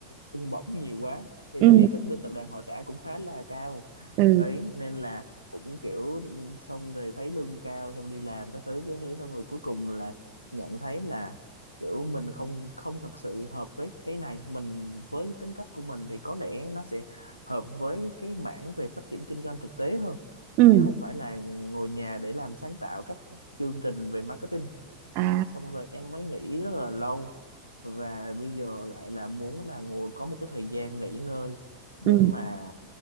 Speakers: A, on the left; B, on the right.
A: lương bổng nhiều quá thì
B: ừ
A: tại vì các bên tập đoàn họ trả cũng khá là cao
B: ừ
A: ấy nên là cũng kiểu ừ, xong rồi thấy lương cao xong đi làm các thứ cái thứ xong rồi cuối cùng là nhận thấy là kiểu mình không không thật sự hợp với cái này mình với tính cách của mình thì có lẽ nó sẽ hợp với cái mảng về phát triển kinh doanh thực tế hơn
B: ừ
A: chứ không phải là ngồi nhà để làm sáng tạo các chương trình về marketing
B: à
A: xong rồi em mới nghĩ rất là lâu và bây giờ lại là muốn là ngồi có một cái thời gian nghỉ ngơi để
B: ừ
A: mà